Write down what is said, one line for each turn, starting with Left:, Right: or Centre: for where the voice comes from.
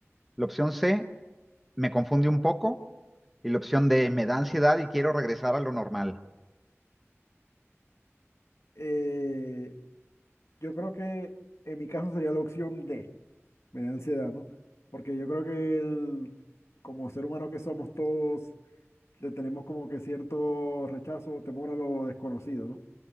Centre: La opción C, me confunde un poco. Y la opción D, me da ansiedad y quiero regresar a lo normal.
Left: Eh, Yo creo que en mi caso sería la opción D, me da ansiedad, ¿no? Porque yo creo que el- como ser humanos que somos todos, le tenemos como que cierto rechazo o temor a lo desconocido, ¿no?